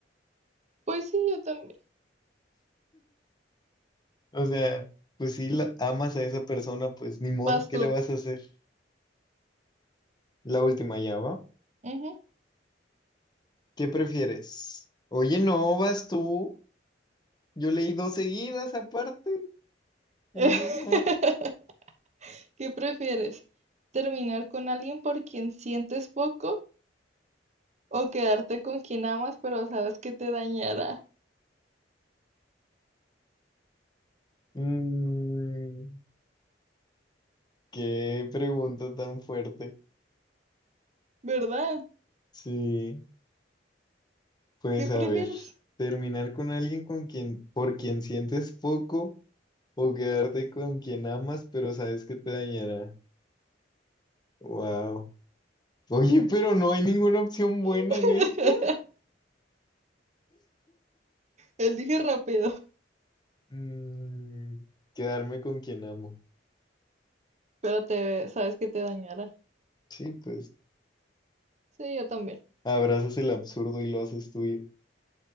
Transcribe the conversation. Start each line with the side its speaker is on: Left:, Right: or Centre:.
Right: Pues sí, yo también.
Left: O sea, pues si la- amas a esa persona, pues ni modo,
Right: Vas
Left: ¿qué
Right: tú.
Left: le vas a hacer? La última ya va.
Right: Ujú.
Left: ¿Qué prefieres? Oye, no, vas tú. Yo leí dos seguidas aparte. Uy,
Right: <laughs>
Left: no más.
Right: ¿Qué prefieres? ¿Terminar con alguien por quien sientes poco o quedarte con quien amas pero sabes que te dañará?
Left: Mm, qué pregunta tan fuerte.
Right: ¿Verdad?
Left: Sí, pues
Right: ¿Qué prefieres?
Left: a ver, terminar con alguien con quien, por quien sientes poco o quedarte con quien amas, pero sabes que te dañará. Wow. Oye, pero no hay ninguna opción buena
Right: <laughs>
Left: en esta.
Right: Elige rápido,
Left: Mm, quedarme con quien amo.
Right: pero te sabes que te dañará.
Left: Sí, pues
Right: Sí, yo también.
Left: abrazas el absurdo y lo haces tuyo.